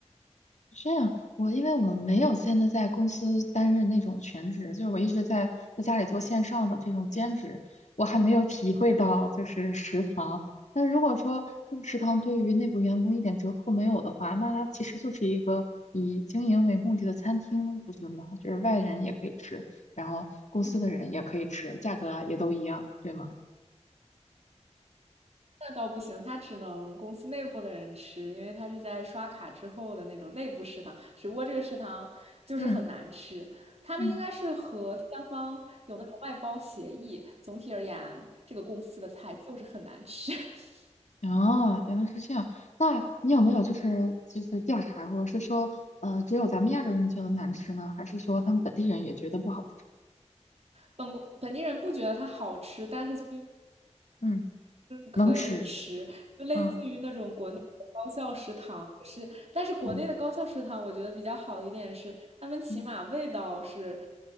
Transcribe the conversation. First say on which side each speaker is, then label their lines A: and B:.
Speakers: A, on the left; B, on the right.
A: 这样，我因为我没有现在在公司担任那种全职，就是我一直在在家里做线上的这种兼职，我还没有体会到就是食堂。那如果说这个食堂对于内部员工一点折扣没有的话，那它其实就是一个以经营为目的的餐厅，不是吗？就是外人也可以吃，然后公司的人也可以吃，价格也都一样，对吗？
B: 那倒不行，他只能公司内部的人吃，因为他是在刷卡之后的那种内部食堂，只不过这个食堂就是很难吃。
A: 嗯
B: 他们应该是和第三方有那种外包协议，
A: 嗯。
B: 总体而言，这个公司的菜就是很难吃。<laughs>
A: 哦，原来是这样。那你有没有就是就是调查过，是说呃只有咱们亚洲人觉得难吃呢，还是说他们本地人也觉得不好吃？
B: 本本地人不觉得它好吃，但是就
A: 嗯
B: 可以吃，
A: 能吃，
B: 就类似于那种国内的高校食堂，
A: 嗯
B: 就是但是国内的高校食堂，
A: 嗯
B: 我觉得比较好的一点是，他们起码味道是
A: 嗯